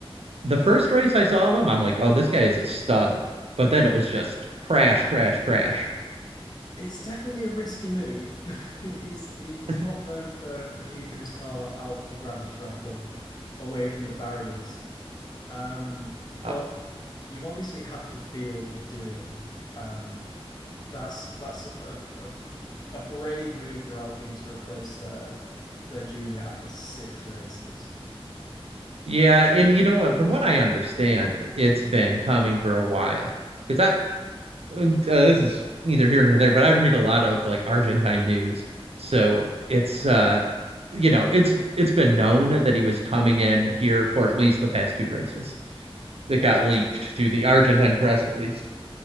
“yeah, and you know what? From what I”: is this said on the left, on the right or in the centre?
Right